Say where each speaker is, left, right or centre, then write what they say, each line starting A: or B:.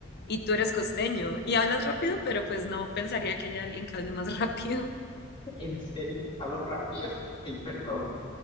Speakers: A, on the left; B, on the left.
A: y tú eres costeño y hablas rápido, pero pues no pensaría que haya alguien que hable más <laughs> rápido.
B: ¿En serio? <laughs> ¿Hablo rápido? Ay, perdón.